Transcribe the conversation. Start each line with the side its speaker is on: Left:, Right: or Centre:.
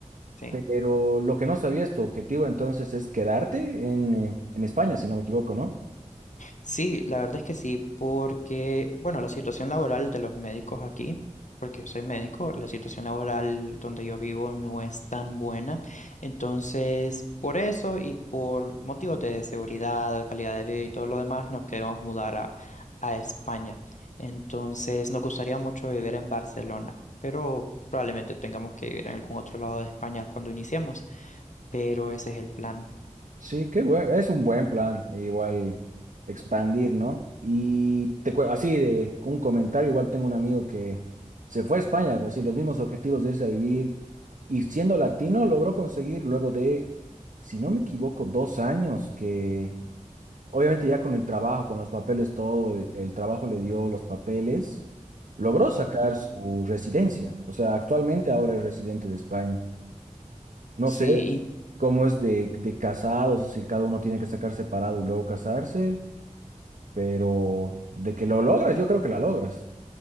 Left: Sí.
Right: pero lo que no sabías, tu objetivo entonces es quedarte en, eh, en España, si no me equivoco, ¿no?
Left: Sí, la verdad es que sí, porque, bueno, la situación laboral de los médicos aquí, porque yo soy médico, la situación laboral donde yo vivo no es tan buena. Entonces, por eso y por motivos de seguridad, calidad de vida y todo lo demás, nos queremos mudar a, a España. Entonces, nos gustaría mucho vivir en Barcelona, pero probablemente tengamos que vivir en algún otro lado de España cuando iniciemos, pero ese es el plan.
Right: Sí, qué bueno, es un buen plan, e igual expandir, ¿no? Y te, cue- así de con un comentario, igual tengo un amigo que se fue a España con así los mismos objetivos de irse a vivir y siendo latino logró conseguir luego de, si no me equivoco, dos años que obviamente ya con el trabajo, con los papeles, todo, el, el trabajo le dio los papeles, logró sacar
Left: Ujú.
Right: su residencia, o sea, actualmente ahora es residente de España. No
Left: Sí,
Right: sé cómo es de, de casados, si cada uno tiene que sacar separado y luego casarse, pero de que lo logras, yo creo que la logras.